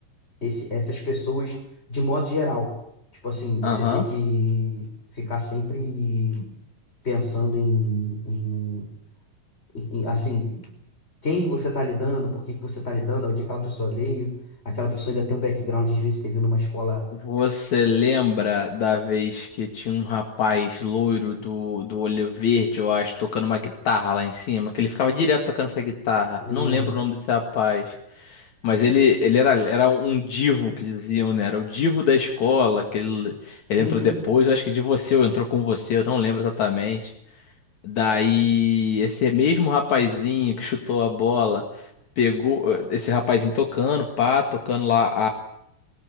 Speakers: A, on the left; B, on the left.
A: esse, essas pessoas de modo geral. Tipo assim, você
B: aham.
A: ter que ficar sempre pensando em, e- e, assim, quem você está lidando, por que que você está lidando, onde aquela pessoa veio. Aquela pessoa ainda tem um background, às vezes, teve numa escola.
B: Você lembra da vez que tinha um rapaz loiro do, do olho verde, eu acho, tocando uma guitarra lá em cima? Que ele ficava direto tocando essa guitarra.
A: Lembro.
B: Não lembro o nome desse rapaz. Mas ele, ele era, era um divo que diziam, né? Era o divo da escola, que ele, ele
A: <laughs>
B: entrou depois, eu acho que de você, ou entrou com você, eu não lembro exatamente. Daí, esse mesmo rapazinho que chutou a bola, pegou eh, esse rapazinho tocando, pá, tocando lá